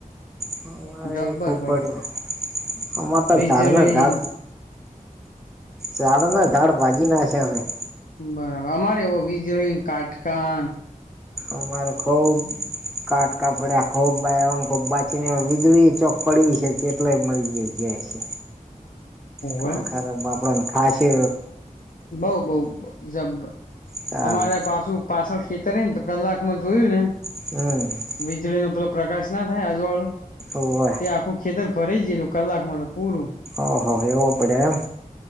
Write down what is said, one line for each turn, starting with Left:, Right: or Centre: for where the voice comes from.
Centre: હ. મારે
Left: જબ્બર
Centre: એ ખૂબ
Left: પડ
Centre: પડે, અમારે તો
Left: વીજળી
Centre: ઝાડ ને ઝાડ. ઝાડ ના ઝાડ ભાજી નાખ્યા અહીં.
Left: બરાબર, અમારે એવો વીજળી કાટકા
Centre: અમારે ખૂબ કાટકા પડ્યા, ખોબમબ બાચી વીજળી ચોક પડી છે. એટલાય મળી જ જાય છે,
Left: હોવે
Centre: તણ ખરાબ આપડને ખા છે.
Left: બઉ બઉ જબ,
Centre: તારે
Left: અમારે પાછું. પાછળ ખેતર રહી ને, તો કલાકમાં જોયું ને.
Centre: હમ.
Left: વીજળી નો પેલો પ્રકાશ ના થાય, અજવાળું.
Centre: ઓવે
Left: તે આખું ખેતર ફરાઈ ગયેલું, કલાકમાં તો પૂરું.
Centre: ઓહો એવો પડે એમ